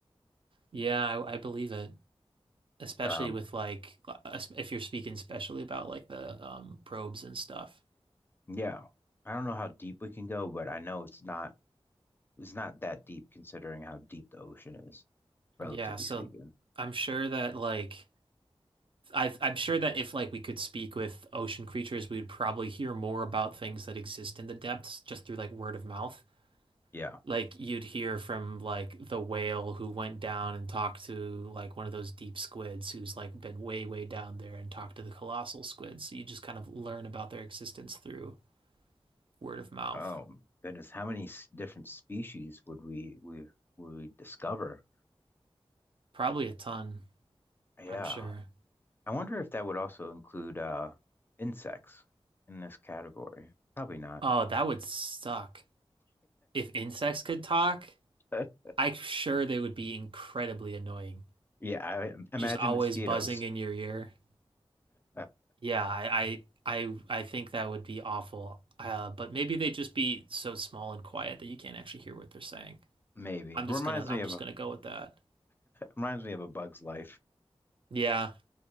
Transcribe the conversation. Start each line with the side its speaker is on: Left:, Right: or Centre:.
Right: Yeah, I, I believe it. especially
Left: Um,
Right: with like if you're speaking especially about like the um probes and stuff.
Left: yeah. I don't know how deep we can go, but I know it's not it's not that deep considering how deep the ocean is, relatively
Right: Yeah, so
Left: speaking.
Right: I'm sure that like I I'm sure that if like we could speak with ocean creatures, we'd probably hear more about things that exist in the depths just through like word of mouth.
Left: Yeah.
Right: Like you'd hear from like the whale who went down and talked to like one of those deep squids who's like been way, way down there and talked to the colossal squids. So you just kind of learn about their existence through word of mouth.
Left: Um, goodness, how many s- different species would we we would we discover?
Right: Probably a ton,
Left: Yeah.
Right: I'm sure.
Left: I wonder if that would also include uh insects in this category. Probably not.
Right: Oh, that would suck. If insects could talk,
Left: <laughs>
Right: I'm sure they would be incredibly annoying.
Left: Yeah, I imagine
Right: Just always
Left: mosquitoes.
Right: buzzing in your ear.
Left: Uh,
Right: Yeah, I I I, I think that would be awful. Uh, but maybe they'd just be so small and quiet that you can't actually hear what they're saying.
Left: maybe
Right: I'm
Left: reminds
Right: just gonna I'm
Left: me of
Right: just
Left: a
Right: gonna go with that.
Left: reminds me of a bug's life.
Right: Yeah,